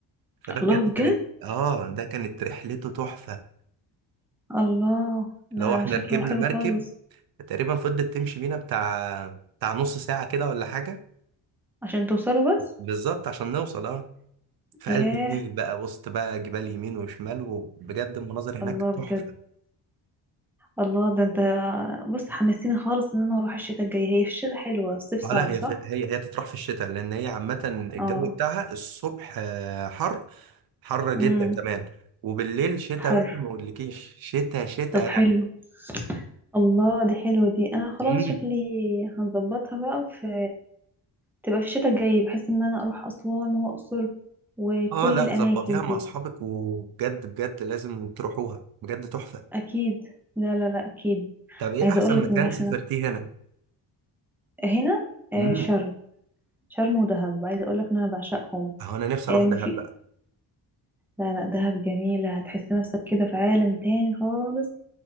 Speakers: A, on the right (about 55°); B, in the centre.
A: فده
B: الله
A: بجد
B: بجد
A: كانت اه ده كانت رحلته تحفة
B: الله
A: لو
B: ده
A: احنا
B: شكله
A: ركبنا
B: حلو
A: مركب
B: خالص
A: تقريبا فضلت تمشي بينا بتاع بتاع نص ساعة كده ولا حاجة
B: عشان توصلوا بس
A: بالظبط عشان نوصل اه في
B: ياه
A: قلب النيل بقى وسط بقى جبال يمين وشمال وبجد المناظر هناك
B: الله بجد
A: تحفة
B: الله ده انت بص حمستيني خالص ان انا اروح الشتاء الجاي هي في الشتاء حلوة الصيف صعب
A: آه، لا هي
B: صح
A: في هي هي تطرح في الشتاء لان هي عامه الجو
B: اه
A: بتاعها الصبح آه، حر حر جدا
B: امم
A: كمان وبالليل شتاء
B: حر
A: بقى ما اقولكيش شتاء شتاء
B: طب حلو
A: يعني
B: الله دي حلوة دي انا خلاص
A: امم
B: شكلي هنظبطها بقى في تبقى في الشتاء الجاي بحيث ان انا اروح اسوان واقصر وكل
A: اه لا
B: الاماكن
A: ظبطيها
B: دي
A: مع اصحابك وبجد بجد لازم تروحوها بجد تحفه
B: اكيد لا لا لا اكيد
A: طب ايه
B: عايزة
A: احسن
B: اقول لك
A: مكان
B: ان احنا
A: سافرتيه هنا
B: هنا آه،
A: امم
B: شرم شرم ودهب عايزة اقول لك ان انا بعشقهم
A: اهو انا نفسي
B: آه،
A: اروح
B: مفي...
A: دهب بقى
B: لا لا دهب جميلة هتحس نفسك كده في عالم تاني خالص